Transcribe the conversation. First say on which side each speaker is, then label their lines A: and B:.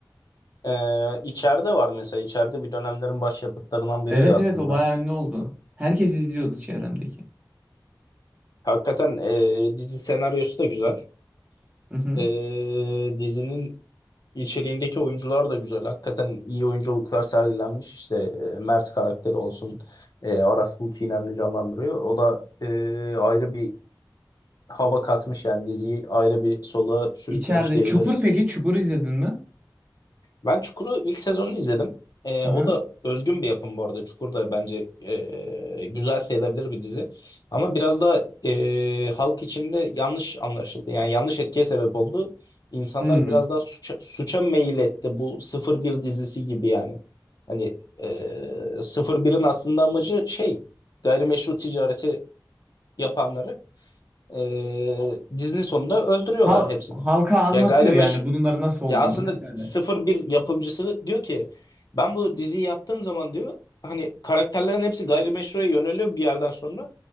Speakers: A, on the left (about 60°); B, on the right (about 20°).
A: Ee, içeride var mesela. İçeride bir dönemlerin başyapıtlarından
B: Evet
A: biriydi aslında.
B: evet o bayağı ünlü oldu. Herkes izliyordu çevremdeki.
A: Hakikaten e, dizi senaryosu da güzel.
B: Hı hı.
A: E, dizinin İçeriğindeki oyuncular da güzel. Hakikaten iyi oyunculuklar sergilenmiş. İşte e, Mert karakteri olsun. E, Aras Bulut İynemli canlandırıyor. O da e, ayrı bir hava katmış yani diziyi ayrı bir sola sürüklemiş
B: İçeride.
A: diyebiliriz.
B: Çukur peki? Çukur izledin mi?
A: Ben Çukur'u ilk sezonunu izledim. Ee,
B: Hı hı.
A: o da özgün bir yapım bu arada. Çukur da bence e, güzel sayılabilir bir dizi. Ama biraz da e, halk içinde yanlış anlaşıldı. Yani yanlış etkiye sebep oldu. İnsanlar
B: Hmm.
A: biraz daha suça, suça meyil etti. Bu 01 dizisi gibi yani. Hani e, 01'in aslında amacı şey gayrimeşru ticareti yapanları e, dizinin sonunda öldürüyorlar
B: Hal-
A: hepsini.
B: halka anlatıyor
A: Ya gayrimeşru
B: yani bunların nasıl olduğunu
A: ya aslında
B: vesaire.
A: 01 yapımcısı diyor ki ben bu diziyi yaptığım zaman diyor hani karakterlerin hepsi gayrimeşruya yöneliyor bir yerden sonra